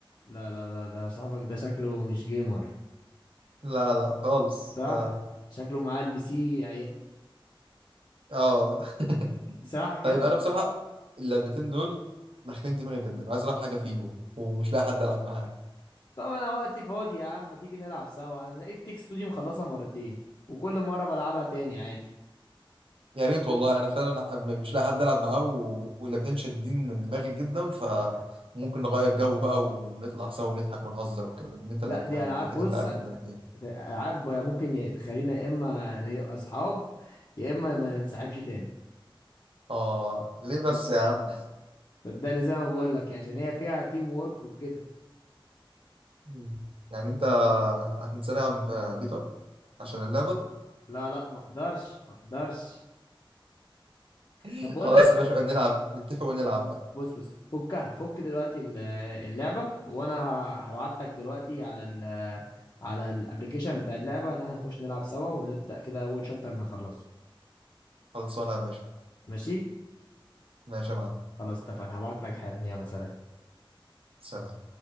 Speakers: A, on the left (about 50°); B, on the right (about 80°).
A: لا لا لا ده صاحبك ده شكله مش جيمر
B: لا لا خالص
A: صح
B: ف
A: شكله معاه البي سي
B: اه <laughs>
A: ساعة كده
B: طيب انا بصراحه اللعبتين دول داخلين دماغي جدا عايز العب حاجه فيهم ومش لاقي حد العب معاه
A: طب انا وقتي فاضي يا عم ما تيجي نلعب سوا انا لقيت تيك ستوديو مخلصها مرتين وكل مرة بلعبها تاني عادي
B: يا ريت والله انا فعلا مش لاقي حد العب معاه و... واللعبتين شادين دماغي جدا فممكن نغير جو بقى ونطلع سوا ونضحك ونهزر وكده من اللي انت
A: لا
B: لعبتها
A: دي
B: يعني
A: العاب
B: اكيد
A: بص
B: انت عارف
A: هت-
B: ان انا فين
A: العاب ممكن تخلينا يا اما نبقى اصحاب يا اما ما ننسحبش تاني
B: اه ليه بس يا عم
A: صدقني زي ما بقول لك عشان هي فيها تيم وورك وكده
B: مم. يعني انت هتنساني يا عم في بيتر عشان اللعبة
A: لا لا ما اقدرش ما اقدرش
B: <laughs>
A: طب بقول
B: خلاص
A: لك
B: يا باشا نلعب نتفق ونلعب بقى
A: بص بص فكها فك دلوقتي ال- اللعبه وانا هبعت لك دلوقتي على ال على الابلكيشن بتاع اللعبه ان احنا نخش نلعب سوا ونبدا كده اول شابتر نخلصه
B: خلصانة يا باشا
A: ماشي
B: ماشي يا معلم
A: خلاص اتفقنا هبعت لك حالا يلا سلام
B: سلام